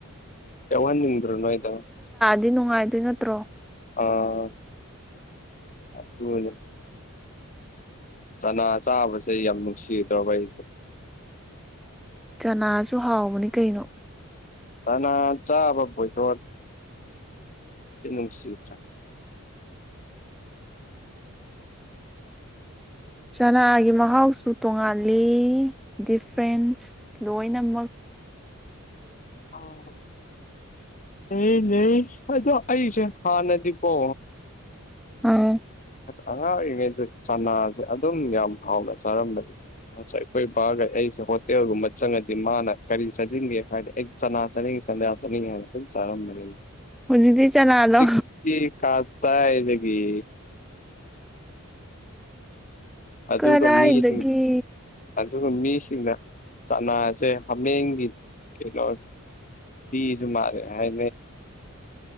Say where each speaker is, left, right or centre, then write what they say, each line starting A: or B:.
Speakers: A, on the left; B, in the centre.
A: ꯀꯧꯟ ꯅꯤꯡꯗ꯭ꯔꯣ ꯅꯣꯏꯗ
B: ꯑꯗꯨꯗꯤ ꯅꯨꯡꯉꯥꯏꯗꯣꯏ ꯅꯠꯇ꯭ꯔꯣ
A: ꯑꯥ ꯑꯗꯨꯅꯤ ꯆꯅꯥ ꯆꯥꯕꯁꯦ ꯑꯩ ꯌꯥꯝ ꯅꯨꯡꯁꯤꯗ꯭ꯔꯕ ꯑꯩꯁꯦ
B: ꯆꯅꯥꯁꯨ ꯍꯥꯎꯕꯅꯤ ꯀꯩꯅꯣ
A: ꯆꯥꯅ ꯆꯥꯕ ꯄꯣꯏꯇꯣꯟ ꯅꯨꯡꯁꯤꯗ꯭ꯔꯥ
B: ꯆꯅꯥꯒꯤ ꯃꯍꯥꯎꯁꯨ ꯇꯣꯉꯥꯜꯂꯤ ꯗꯤꯐ꯭ꯔꯦꯟꯁ ꯂꯣꯏꯅꯃꯛ <inaudible>
A: ꯑꯥ ꯑꯦ ꯂꯩ ꯑꯗ ꯑꯁ ꯍꯥꯥꯟ ꯅ ꯀꯣ
B: ꯑꯝ
A: ꯑꯉꯥꯡ ꯑꯣꯏꯔꯤꯉꯩꯗ ꯆꯅꯥꯁꯦ ꯑꯗꯨꯝ ꯌꯥꯝ ꯍꯥꯎꯅ ꯆꯥꯔꯝꯕꯅꯦ ꯉꯁ ꯑꯩꯈꯣꯏ ꯄꯥꯒ ꯑꯩꯁꯦ ꯍꯣꯇꯦꯜꯒꯨꯝꯕ ꯆꯪꯉꯗꯤ ꯃꯥꯅ ꯀꯔꯤ ꯆꯠꯅꯤꯡꯒꯦ ꯍꯥꯏꯗꯤ ꯑꯩ ꯆꯅꯥ ꯆꯅꯤꯡꯉꯦ ꯁꯟꯗꯥꯁꯅꯤꯝ ꯆꯔꯝ ꯃꯔ
B: ꯍꯧꯖꯤꯛꯇꯤ ꯆꯅꯥꯗꯣ
A: ꯆꯛꯇꯤ ꯀꯥ ꯇ ꯏꯗꯒꯤ ꯑꯗꯨ
B: ꯀꯔꯥꯏꯗꯒꯤ
A: ꯃꯤꯁ ꯑꯗꯨ ꯃꯤꯁ ꯁꯤꯡꯗ ꯆꯅꯥꯁꯦ ꯍꯥꯃꯦꯡꯒꯤ ꯀꯩꯅꯣ ꯁꯤꯁꯨ ꯃꯥꯔꯦ ꯍꯥꯏ